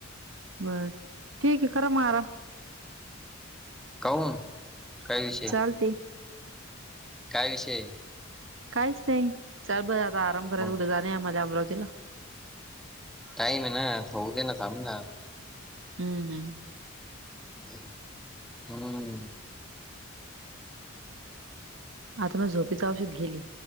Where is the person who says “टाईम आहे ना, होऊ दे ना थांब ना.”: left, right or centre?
Centre